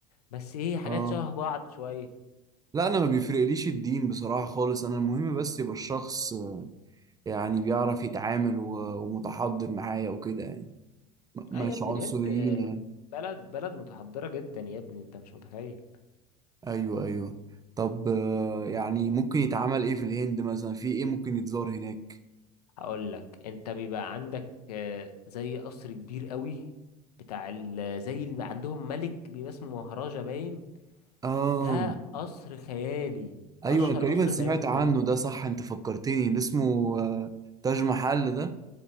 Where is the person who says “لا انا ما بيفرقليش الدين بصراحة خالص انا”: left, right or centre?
Right